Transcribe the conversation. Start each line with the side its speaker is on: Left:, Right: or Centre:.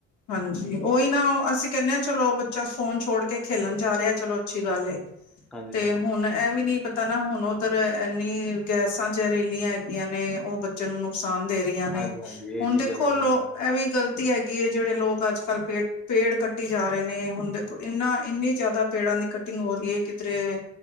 Left: ਹਾਂਜੀ, ਉਹੀ ਨਾ ਅਸੀਂ ਕਹਿੰਦੇ ਹਾਂ ਚਲੋ ਬਚਾ ਫੋਨ ਛੋੜ ਕੇ ਖੇਲਣ ਜਾ ਰਿਹਾ ਚਲੋ ਅੱਛੀ ਗੱਲ ਏ।
Centre: ਹਾਂਜੀ,
Left: ਤੇ
Centre: ਹਾਂਜੀ,
Left: ਹੁਣ ਇਹ ਵੀ ਨੀ ਪਤਾ ਨਾ ਹੁਣ ਉਧਰ ਇੰਨੀ ਗੈਸਾਂ ਜਹਰਿਲੀਆਂ ਹੈਗੀਆਂ ਨੇ ਉਹ ਬ ਬੱਚੇ ਨੂੰ ਨੁਕਸਾਨ ਦੇ ਰਹੀਆਂ ਨੇ।
Centre: ਹਾਂਜੀ, ਹਾਂਜੀ ਇਹ
Left: ਹੁਣ
Centre: ਚੀਜ਼ਾਂ
Left: ਦੇਖੋ
Centre: ਤਾਂ
Left: ਲੋ
Centre: ਹੈ।
Left: ਇਹ ਵੀ ਗ਼ਲਤੀ ਹੈਗੀ ਹੈ। ਜਿਹੜੇ ਲੋਕ ਅੱਜ ਕੱਲ੍ਹ ਪੇੜ ਪੇੜ ਕੱਟੀ ਜਾ ਰਹੇ ਨੇ, ਹੁਣ ਦੇਖੋ ਇੰਨਾ ਇੰਨੀ ਜ਼ਿਆਦਾ ਪੇੜਾਂ ਦੀ ਕੱਟਿੰਗ ਹੋ ਰਹੀ ਹੈ ਕਿਧਰੇ